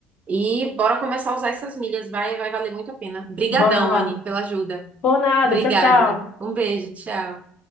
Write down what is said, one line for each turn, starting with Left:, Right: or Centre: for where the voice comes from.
Right: E bora começar a usar essas milhas, vai, vai valer muito a pena. Brigadão,
Left: Bora lá.
Right: Anne, pela ajuda.
Left: Por nada.
Right: Obrigada.
Left: Tchau, tchau.
Right: Um beijo, tchau.